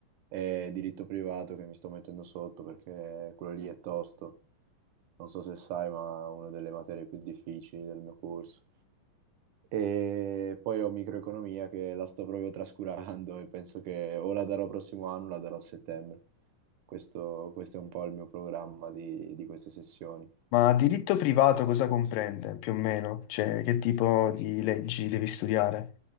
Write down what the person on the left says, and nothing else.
Ma diritto privato cosa comprende più o meno? Cioè, che tipo di leggi devi studiare?